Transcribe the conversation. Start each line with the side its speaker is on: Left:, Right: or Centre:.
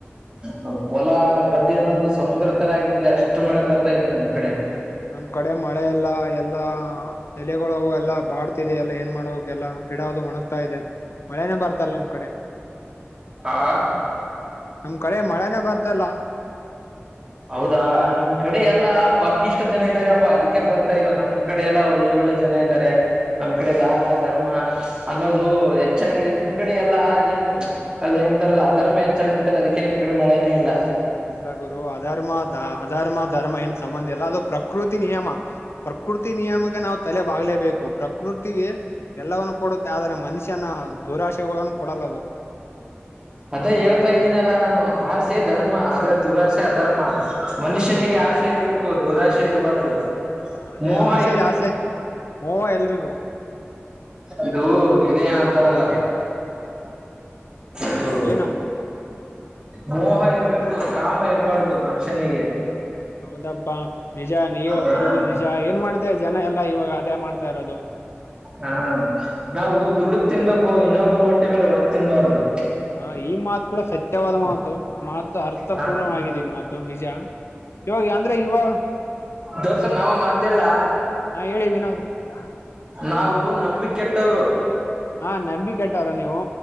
Right: ಹೂ ಹೊಲ ಗದ್ದೆ ಇದು ಏನೋದು ಸಮುದ್ರ ತರ ಆಗ್ಿಬಿಟ್ಟಿದೆ ಅಷ್ಟು ಮಳೆ ಬರ್ತಾ ಇದೆ ನಮ್ ಕಡೆ
Left: ನಮ್ ಕಡೆ ಮಳೆ ಎಲ್ಲ ಎಲ್ಲಾ ಎಲೆಗಳುವು ಎಲ್ಲಾ ಬಾಡ್ತಿದೆ ಎಲ್ಲಾ ಏನ್ ಮಾಡ್ಬೇಕ ಎಲ್ಲ ಗಿಡ ಅದು ಒಣಗ್ತಾ ಇದೆ ಮಳೆನ ಬರ್ತಲ್ಲ ನಮ್ ಕಡೆ
Right: ಹಾ
Left: ನಮ್ ಕಡೆ ಮಳೆನ ಬರ್ತಲ್ಲ
Right: ಹೌದಾ ನಿಮ್ ಕಡೆ ಎಲ್ಲಾ ಪಪಿಷ್ಟ ಜನ ಇದಾರೆಪ್ಪಾ ಅದಕ್ಕೆ ಬರ್ತಾ ಇಲ್ಲ ನಮ್ ಕಡೆ ಎಲ್ಲಾ ಒಳ್ಳೆ ಒಳ್ಳೆ ಒಳ್ಳೆ ಜನ ಇದ್ದಾರೆ ನಮ್ ಕಡೆ ದಾನ ಧರ್ಮ ಅನ್ನೋದು
Left: ಅಯ್ಯ
Right: ಹೆಚ್ಚಾಗಿದೆ ನಿಮ ನಿಮ್ ಕಡೆ ಎಲ್ಲ ಏನು ಅದೇಏನ ಅಂತಾರಲ್ಲ ಅದರ ಮೆ ಎ ಹೆಚ್ಚಾಗಬಿಟ್ಟದ ಅದಕ್ಕೆ ನಿಮ್ ಕಡೆ ಮಳೆನೇ ಇಲ್ಲ
Left: ಇಲ್ಲ ಗುರು ಅಧರ್ಮ ದ ಅಧರ್ಮ ಧರ್ಮ ಏನ್ ಸಂಬಂಧ ಅಲ್ಲ ಅದು ಪ್ರಕೃತಿ ನಿಯಮ ಪ್ರಕೃತಿ ನಿಯಮಕ್ಕೆ ನಾವು ತಲೆ ಬಾಗಲೇಬೇಕು ಪ್ರಕೃತಿ ಎಲ್ಲವವನ್ನು ಕೊಡುತ್ತೆ ಆದರೆ ಮನುಷ್ಯನ ಹ ದುರಾಶೆನು ಕೊಡಲ್ಲ ಅದು
Right: ಅದ ಹೇಳ್ತಾ ಇದ್ದೀನಿ ಅಲ್ಲಾ ನಾನು ಆಸೆ ಧರ್ಮ ಆದ್ರೆ ದುರಾಸೆ ಅಧರ್ಮ ಮನುಷ್ಯನಿಗೆ
Left: ಹ್ಮ
Right: ಆಸೆ
Left: ಹಾ
Right: ಇರ್ಬೇಕು ದುರಾಶೆ ಇರಬಾರ್ದು
Left: ಹಾ ಅದೇ
Right: ಮೋಹ
Left: ಆಶೆ
Right: ಇರ್
Left: ಆಶೆ ಮೋವ ಎಲ್ರಿಗೂ
Right: ಇದು ಇದೇನಂತ ಲ್ಲ ಅಯೋ
Left: ಏನು
Right: ಮೋಹ ಇರ್ಬೇಕು ಕಾಮ ಇರ್ಬಾರ್ದು ಮನುಷ್ಯನಿಗೆ
Left: ಹೌದಪ್ಪಾ ನಿಜ ನೀವ ಹೇಳ್ತಿರೋದು
Right: ಹ
Left: ನಿಜ ಏನ್ ಮಾಡ್ತ ಜನ ಎಲ್ಲಾ ಇವಾಗ ಅದೇ ಮಾಡ್ತಾ ಇರೋದು
Right: ಹಾ ನಾವು ದುಡಕ್ ತಿನ್ಬೇಕು ಇನ್ನೊಬ್ಬರು ಹೊಟ್ಟೆ ಮೇಲೆ ಒಡದ ತಿನ್ಬಾರ್ದು
Left: ಹ ಈ ಮಾತು ಕೂಡ ಸತ್ಯವಾದ ಮಾತು ಮಾತು ಅರ್ಥಪೂರ್ಣವಾಗಿದೆ
Right: ಹ
Left: ಮಾತು ನಿಜ ಇವಾಗ ಅಂದ್ರೆ ಇವಾಗ
Right: ದೋರ್ಸ ನಾವ ಒಂದ ಮಾತಲ್ಲ
Left: ಹೇಳಿ ವಿನೋದ್ ಹಾ
Right: ನಾವು ನಂಬಿ ಕೆಟ್ಟವರು
Left: ಹಾ ನಂಬಿ ಕೆಟ್ಟವ್ರ ನೀವು